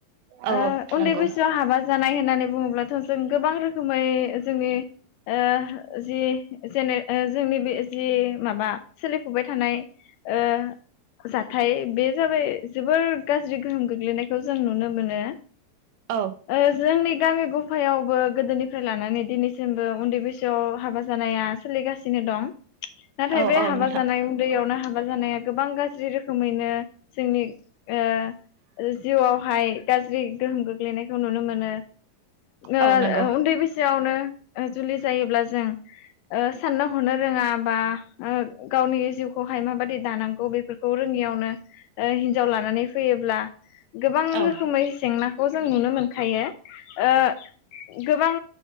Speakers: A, on the right; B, on the left.
A: औ
B: ओ उन्दै
A: नंगौ
B: बैसोयाव हाबा जानाय होन नानै बुङोब्लाथ' जों गोबां रोखोमै जोंनि ओ जि जेनो ओ जोंनि बे जि माबा सोलिफुबाय थानाय ओ जाथाय बे जाबाय जोबोर गाज्रि गोहोम गोग्लैनायखौ जों नुनो मोनो।
A: औ
B: ओ जोंनि गामि गफायावबो गोदोनिफ्राय लानानै दिनै उन्दै बैसोयाव हाबा जानाया सोलि गासिनो दं। नाथाय
A: औ
B: बे
A: औ
B: हाबा
A: नोंथां
B: जानाय उन्दैयावनो हाब हाबा जानाया गोबां गाज्रि रो रोखोमैनो जोंनि ओ जिउआवहाय गाज्रि गोहोम गोग्लैनायखौ नुनो मोनो ओ
A: औ नंगौ
B: उन्दै बैसोआवनो ओ जुलि जायोब्ला जों ओ साननो हनो रोङा बा ओ गावनि जिउखौहाय माबादि दानांगौ बेफोरखौ रोङियावनो ओ हिनजाव लानानै फैयोब्ला गोबां
A: औ
B: रोखोमै जेंनाखौ जों नुनो मोनखायो ओ गोबां